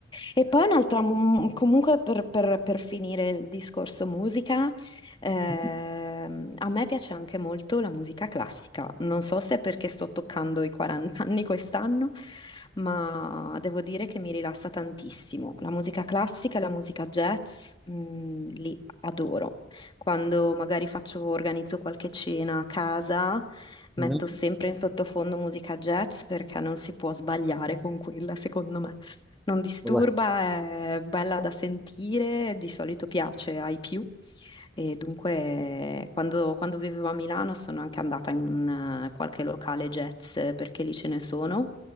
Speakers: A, on the left; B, in the centre.
A: E poi un'altra, mu- comunque per, per- per finire il discorso musica, ehm,
B: <laughs>
A: a me piace anche molto la musica classica. Non so se è perché sto toccando i 40 anni quest'anno, ma devo dire che mi rilassa tantissimo. La musica classica e la musica jazz, mm, li adoro. Quando magari faccio, organizzo qualche cena a casa, metto
B: mamma
A: sempre in sottofondo musica jazz perché non si può sbagliare con quella, secondo me. Non disturba,
B: va
A: è bella da sentire, di solito piace ai più. E dunque, quando, quando vivevo a Milano sono anche andata in eh, qualche locale jazz eh, perché lì ce ne sono